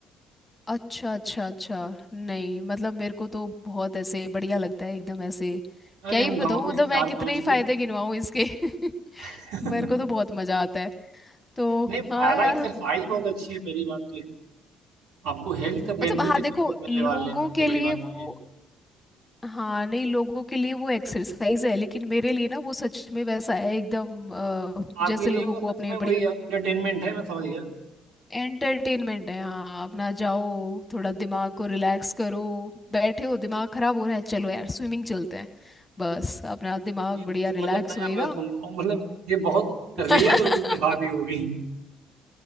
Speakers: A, on the left; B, on the right.
A: अच्छा अच्छा अच्छा नहीं मतलब मेरे को तो बहुत ऐसे बढ़िया लगता है एकदम ऐसे
B: अरे
A: क्या ही
B: हम
A: बताऊँ
B: गांव में
A: मतलब
B: चार
A: मैं कितने
B: पांच
A: ही
B: लोग
A: फायदे गिनवाऊँ इसके <laughs>
B: <laughs>
A: मेरे को तो बहुत मज़ा आता है तो
B: नहीं
A: हाँ
B: फायदा
A: यार
B: एक्सरसाइज
A: हम्म,
B: बहुत अच्छी है पहली बात तो ये आपको हेल्थ बेनिफिट
A: मतलब हाँ देखो
B: इससे बहुत मिलने
A: लोगों
B: वाले हैं सबसे
A: के लिए
B: बड़ी बात
A: वो
B: तो ये है
A: हाँ नहीं लोगों के लिए वो एक्सरसाइज है लेकिन मेरे लिए ना वो सच में वैसा है एकदम अ,
B: आपके
A: जैसे
B: लिए
A: लोगों
B: वो
A: को
B: सच
A: अपने
B: में
A: बढ़िया
B: वही इंटरटेनमेंट है मैं समझ गया
A: एंटरटेनमेंट है हाँ अपना जाओ थोड़ा दिमाग को रिलैक्स करो बैठे हो दिमाग खराब हो रहा है चलो यार स्विमिंग चलते हैं बस अपना दिमाग
B: ये कुछ
A: बढ़िया
B: मतलब
A: रिलैक्स
B: नया
A: होएगा
B: मैं सुन रहा हूँ मतलब ये बहुत
A: <laughs>
B: रेयर लोगों की हॉबी होगी